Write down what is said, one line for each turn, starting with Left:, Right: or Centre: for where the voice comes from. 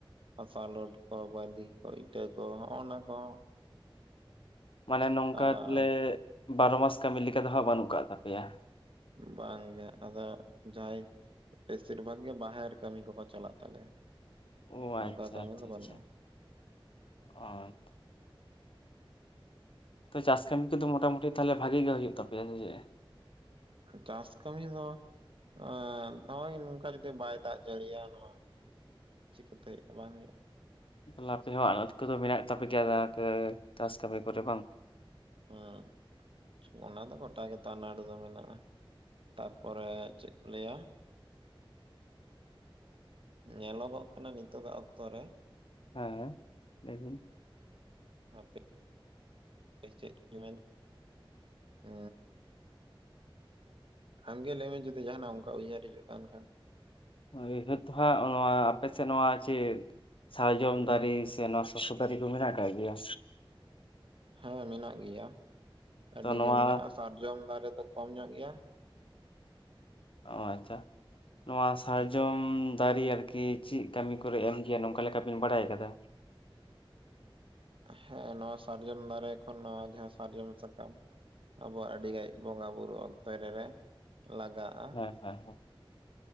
Right: ᱦᱟᱥᱟ ᱞᱳᱰ ᱠᱚ ᱵᱟᱞᱤ ᱠᱚ ᱤᱴᱟᱹ ᱠᱚ ᱦᱚᱜ-ᱚ ᱱᱟ ᱠᱚ
Left: ᱢᱟᱱᱮ ᱱᱚᱝᱠᱟ
Right: ᱟᱨ
Left: ᱛᱟᱦᱚᱞᱮ ᱵᱟᱨᱚ ᱢᱟᱥ ᱠᱟᱹᱢᱤ ᱞᱮᱠᱟ ᱫᱚ ᱦᱟᱸᱜ ᱵᱟᱹᱱᱩᱜ ᱠᱟᱜ ᱛᱟᱯᱮᱭᱟ?
Right: ᱵᱟᱝᱜᱮ ᱟᱫᱚ ᱡᱟᱦᱟᱸᱭ ᱵᱮᱥᱤᱨ ᱵᱷᱟᱜᱽ ᱜᱮ ᱵᱟᱦᱮᱨ ᱠᱟᱹᱢᱤ ᱠᱚᱠᱚ ᱪᱟᱞᱟᱜ ᱛᱟᱞᱮᱭᱟ
Left: ᱚ ᱟᱪᱪᱷᱟ
Right: ᱱᱚᱝᱠᱟ ᱠᱟᱹᱢᱤ
Left: ᱟᱪᱪᱷᱟ
Right: ᱫᱚ
Left: ᱟᱪᱪᱷᱟ
Right: ᱵᱟᱹᱱᱩᱜᱼᱟ᱾
Left: ᱚ ᱛᱚ ᱪᱟᱥ ᱠᱟᱹᱢᱤ ᱠᱚᱫᱚ ᱢᱚᱴᱟᱢᱩᱴᱤ ᱛᱟᱦᱚᱞᱮ ᱵᱷᱟᱜᱤ ᱜᱮ ᱦᱩᱭᱩᱜ ᱛᱟᱯᱮᱭᱟ ᱥᱮᱪᱮᱫ?
Right: ᱪᱟᱥ ᱠᱟᱹᱢᱤ ᱦᱚ ᱮᱻᱮ ᱱᱚᱜᱼᱚᱭ ᱱᱚᱝᱠᱟ ᱡᱩᱫᱤ ᱵᱟᱭ ᱫᱟᱜ ᱡᱟᱹᱲᱤᱭᱟ ᱱᱚᱣᱟ ᱪᱤᱠᱟᱹᱛᱮ ᱵᱟᱝ ᱦᱩᱭᱩᱜᱼᱟ?
Left: ᱮᱠᱞᱟ ᱛᱮᱦᱚ ᱟᱲᱚᱫ ᱠᱚᱫᱚ ᱢᱮᱱᱟᱜ ᱛᱟᱯᱮ ᱜᱮᱭᱟ ᱪᱟᱥ ᱠᱟᱹᱢᱤ ᱠᱚᱨᱮ ᱵᱟᱝ?
Right: ᱦᱩᱸ ᱚᱱᱟ ᱫᱚ ᱜᱚᱴᱟ ᱜᱮᱛᱚ ᱟᱱᱟᱴ ᱫᱚ ᱢᱮᱱᱟᱜᱼᱟ᱾ ᱛᱟᱨᱯᱚᱨᱮ ᱪᱮᱫ ᱠᱚ ᱞᱟᱹᱭᱟ ᱧᱮᱞᱚᱜᱚᱜ ᱠᱟᱱᱟ ᱱᱤᱛᱚᱜᱟᱜ ᱚᱠᱛᱚ ᱨᱮ
Left: ᱦᱮᱸ ᱞᱮᱭᱵᱤᱱ
Right: <unintelligible> ᱪᱮᱫ ᱢᱮᱱ ᱦᱮ ᱟᱢᱜᱮ ᱞᱟᱹᱭᱢᱮ ᱡᱩᱫᱤ ᱡᱟᱦᱟᱱᱟᱜ ᱚᱱᱠᱟ ᱩᱭᱦᱟᱹᱨ ᱦᱤᱡᱩᱜ ᱠᱟᱱ ᱠᱷᱟᱱ
Left: ᱩᱭᱦᱟᱹᱨ ᱫᱚ ᱦᱟᱸᱜ ᱱᱚᱣᱟ ᱟᱯᱮ ᱥᱮᱫ ᱱᱚᱣᱟ ᱪᱮᱫ ᱥᱟᱨᱡᱚᱢ ᱫᱟᱨᱮ ᱥᱮ ᱱᱚᱣᱟ ᱥᱚᱥᱚ ᱫᱟᱨᱮ ᱠᱚ ᱢᱮᱱᱟᱜ ᱟᱠᱟᱫ ᱜᱮᱭᱟ
Right: ᱦᱮᱸ ᱢᱮᱱᱟᱜ ᱜᱮᱭᱟ ᱟᱹᱰᱤ
Left: ᱛᱚ ᱱᱚᱣᱟ
Right: ᱜᱮ ᱢᱮᱱᱟᱜ-ᱟ ᱥᱟᱨᱡᱚᱢ ᱫᱟᱨᱮ ᱫᱚ ᱠᱚᱢ ᱧᱚᱜ ᱜᱮᱭᱟ
Left: ᱚ ᱟᱪᱪᱷᱟ ᱱᱚᱣᱟ ᱥᱟᱨᱡᱚᱢ ᱫᱟᱨᱮ ᱟᱨᱠᱤ ᱪᱮᱫ ᱠᱟᱹᱢᱤ ᱠᱚᱨᱮ ᱮᱢ ᱜᱮᱭᱟ ᱱᱚᱝᱠᱟ ᱞᱮᱠᱟ ᱵᱤᱱ ᱵᱟᱲᱟᱭ ᱠᱟᱫᱟ
Right: ᱦᱮᱸ ᱱᱚᱣᱟ ᱥᱟᱨᱡᱚᱢ ᱫᱟᱨᱮ ᱠᱷᱚᱱ ᱱᱚᱣᱟ ᱡᱟᱦᱟᱸ ᱥᱟᱨᱡᱚᱢ ᱥᱟᱠᱟᱢ ᱟᱵᱚᱣᱟᱜ ᱟᱹᱰᱤᱜᱟᱱ ᱵᱚᱸᱜᱟ ᱵᱩᱨᱩ ᱚᱠᱛᱚ ᱨᱮ ᱞᱟᱜᱟᱜ ᱟ
Left: ᱦᱮᱸ ᱦᱮᱸ ᱦᱮᱸ